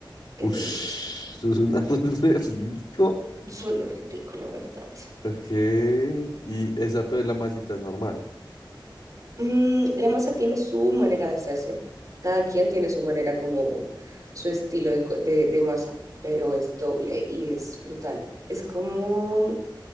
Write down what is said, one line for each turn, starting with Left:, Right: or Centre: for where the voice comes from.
Left: Uf,
Right: Es delicioso.
Left: <laughs> eso es un arroz <laughs> re rico.
Right: Suena re rico, la verdad.
Left: Ok. Y esa, pero la masita es normal.
Right: Mm, la masa tiene su manera de hacerse. Cada quien tiene su manera como su estilo de, co- de, de masa, pero es doble y es brutal. Es como,